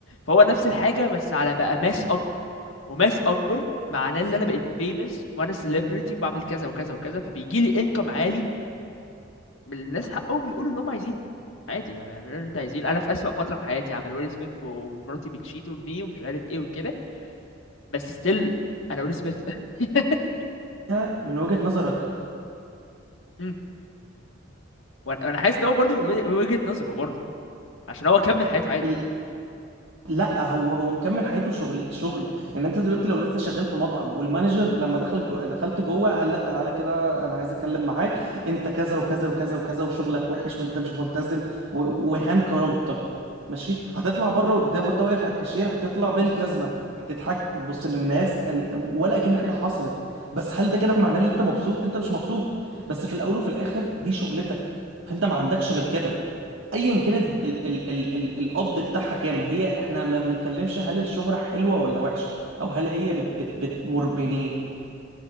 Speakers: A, on the left; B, on the right.
A: فهو نفس الحاجه بس على بقى ماس اكبر وماس اكبر معناه ان انا بقيت فيمس وانا سيلبرتي وبعمل كذا وكذا وكذا فبيجي لي انكم عالي فالناس حقهم يقولوا اللي هم عايزينه عادي يعني اعملوا اللي انت عايزينه انا في اسوأ فتره في حياتي عمل ويل سميث ومراتي بتشيت امي ومش عارف ايه وكده بس ستيل انا ويل سميث <laughs>
B: ده من وجهة نظرك
A: مم. وانا أنا حاسس ان هو برضه من وجهة نظره برضه عشان هو كمل حياته عادي
B: بس لا هو هو مكمل حياته شغل شغل يعني انت دلوقتي لو لسه شغال في مطعم والمانجر لما دخل جو دخلت جوه قال لك تعالى كده انا عايز اتكلم معاك انت كذا وكذا وكذا وكذا وشغلك وحش وانت مش ملتزم و- وهان كرامتك ماشي هتطلع بره قدام وانت واقف على الكاشير هتطلع بالجزمه هتضحك وتبص للناس ان- ولا كأن حاجه حصلت بس هل ده كده معناه ان انت مبسوط انت مش مبسوط بس في الاول وفي الاخر دي شغلتك فانت ما عندكش غير كده ايا كانت ال ال ال ال القبض بتاعها كام هي احنا ما بنتكلمش هل الشهرة حلوة ولا وحشة او هل هي بت بت بتمر يعني